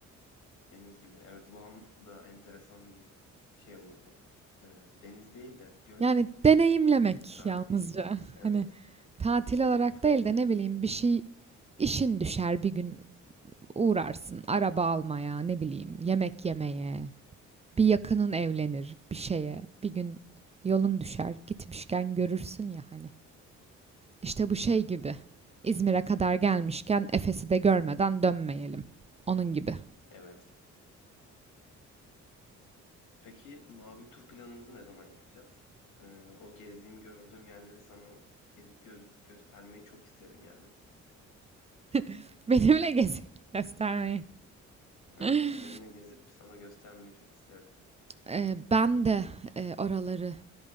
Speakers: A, on the left; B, on the right.
A: Deniz gibi. Evet, Van da enteresan bir şey olurdu. Ee, deniz değil de göl
B: Yani deneyimlemek
A: tatili
B: yalnızca.
A: gibi.
B: <laughs>
A: Evet,
B: Hani tatil olarak
A: mantıklı
B: değil
A: olurdu.
B: de ne bileyim bir şey işin düşer bir gün uğrarsın. Araba almaya, ne bileyim yemek yemeye. Bir yakının evlenir bir şeye. Bir gün yolun düşer. Gitmişken görürsün ya hani. İşte bu şey gibi. İzmir'e kadar gelmişken Efes'i de görmeden dönmeyelim. Onun gibi.
A: Evet. Peki mavi tur planımızı ne zaman yapacağız? Ee, o gezdiğim, gördüğüm yerleri sana gezip göz göstermeyi çok isterim yani.
B: <laughs> Benimle gezip göstermeyi.
A: Evet,
B: <laughs>
A: seninle gezip sana göstermeyi çok isterim.
B: Ee, ben de e, oraları